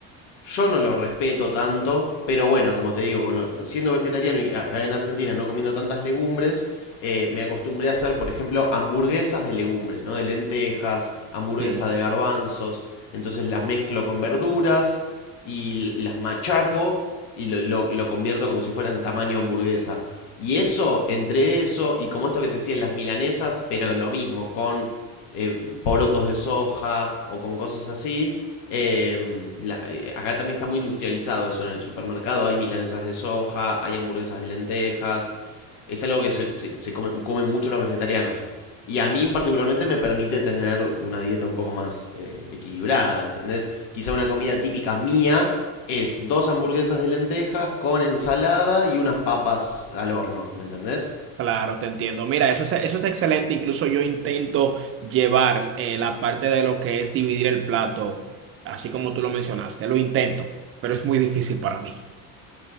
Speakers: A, on the left (about 80°); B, on the right (about 35°).
A: Yo no los respeto tanto, pero bueno, como te digo, con lo- siendo vegetariano y acá en Argentina no comiendo tantas legumbres, eh, me acostumbré a hacer, por ejemplo, hamburguesas de legumbres, ¿no? De lentejas, hamburguesas
B: Sí,
A: de garbanzos, entonces las mezclo con verduras y las machaco y lo, lo- lo convierto como si fuera en tamaño hamburguesa. Y eso, entre eso y como esto que te decía, las milanesas, pero lo mismo, con eh, porotos de soja o con cosas así, eh, la- eh, acá también está muy industrializado eso ¿no? en el supermercado. Hay milanesas de soja, hay hamburguesas de lentejas. Es algo que se, se- se come- comen mucho los vegetarianos. Y a mí particularmente me permite tener una dieta un poco más eh, equilibrada, ¿entendés? Quizá una comida típica mía es dos hamburguesas de lentejas con ensalada y unas papas al horno, ¿me entendés?
B: claro, te entiendo. Mira, eso es, eso es excelente. Incluso yo intento llevar eh, la parte de lo que es dividir el plato, así como tú lo mencionaste. Lo intento, pero es muy difícil para mí.